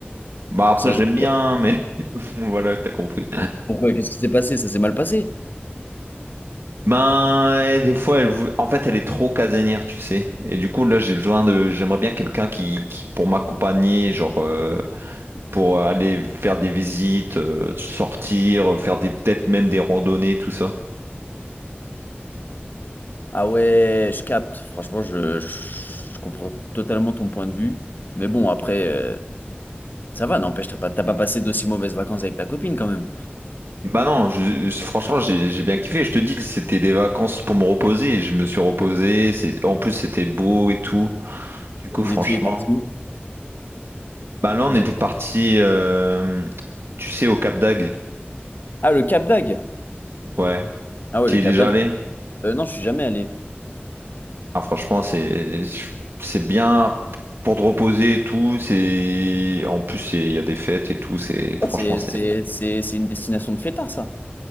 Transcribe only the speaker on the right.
Bah après,
j'aime
bien, mais <laughs> voilà, t'as compris.
Ben, et des fois, elle, vou- en fait, elle est trop casanière, tu sais. Et du coup, là, j'ai besoin de... J'aimerais bien quelqu'un qui, qui- pour m'accompagner, genre... euh, pour aller faire des visites, euh, sortir, euh, faire des peut-être même des randonnées, tout ça.
Bah non, je- je- franchement, j'ai j'ai bien kiffé. Je te dis que c'était des vacances pour me reposer et je me suis reposé. C'est, en plus, c'était beau et tout. Du coup,
franchement.
Bah là, on
était
parti, euh, tu sais, au Cap d'Agde.
Ouais.
Tu
y es
déjà
allé?
Ah, franchement, c'est c'est bien pour te reposer et tout. C'est en plus, c'est- il y a des fêtes et tout. C'est franchement,
c'est